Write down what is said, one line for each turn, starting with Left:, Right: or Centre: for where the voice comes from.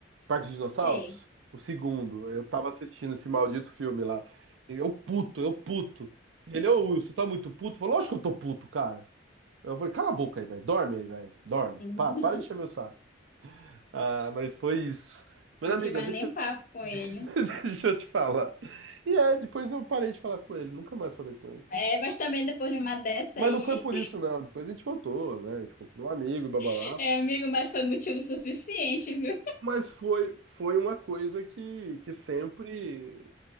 Right: Parque dos Dinossauros.
Left: Sei.
Right: O segundo. Eu tava assistindo esse maldito filme lá. Eu puto, eu puto. E Ele, ô Wilson, tá muito puto? Falou, lógico que eu tô puto, cara. Eu falei, cala a boca aí, velho. Dorme aí, velho. Dorme.
Left: Uhum.
Right: Pá, para de encher meu saco. Ah, mas foi isso. Mas,
Left: Não
Right: amiga,
Left: quis mais
Right: deixa,
Left: nem
Right: eu-
Left: papo com ele.
Right: <laughs> deixa eu te falar. E é, depois eu parei de falar com ele, nunca mais falei com ele.
Left: É, mas também depois de uma dessa
Right: Mas
Left: aí,
Right: não foi por isso, não. Depois a gente voltou, né? A gente continuou amigo, blá blá
Left: <laughs>
Right: blá.
Left: é, amigo, mas foi motivo suficiente, viu?
Right: Mas foi, foi uma coisa que, que sempre.